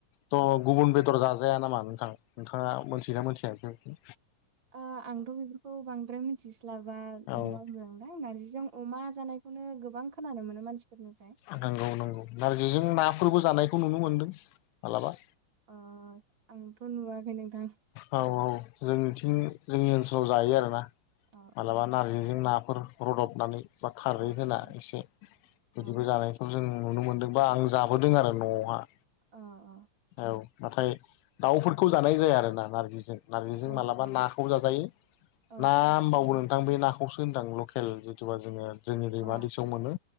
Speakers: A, on the left; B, on the right.
A: थ' गुबुन बेदर जाजाया नामा नोंथां नोंथाङा मोनथियोना मिथिया बेनो
B: आंथ' बेफोरखौ बांद्राय मिथिस्लाबा
A: औ
B: नङा नोंथां नार्जिजों अमा जानाय बेखौनो गोबां खोनानो मोनो मानसिफोरनि
A: नंगौ नंगौ नारजिजों नाफोरबो जानायखौ नुनो मोनदों मालाबा
B: ओ आंथ' नुवाखै नोंथां
A: औ औ जों बेथिं जोंनि ओनसोलाव जायो आरोना
B: अ
A: मालाबा
B: अ
A: नारजिजों नाफोर रुदबनानै बा खारै
B: अ
A: होना
B: अ
A: एसे बिदिबो
B: औ
A: जानायखौ जों नुनो मोनदोंबा आं जाबोदों आरो न'आवहाय
B: ओ ओ
A: औ नाथाय दाउफोरखौ जानाय जाया आरो ना नारजिजों नारजिजों
B: औ
A: मालाबा
B: औ
A: नाखौ जाजायो
B: औ
A: ना
B: थारैनो
A: होमबावो नोंथां बे नाखौ दोनदां लकेल जिथुबा जोङो जोंनि दैमा
B: औ
A: दैसायाव मोनो